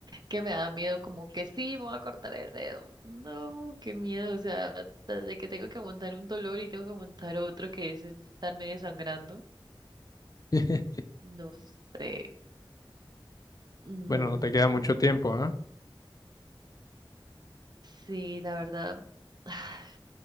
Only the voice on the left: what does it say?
<laughs>
Bueno, no te queda mucho tiempo, ¿ah?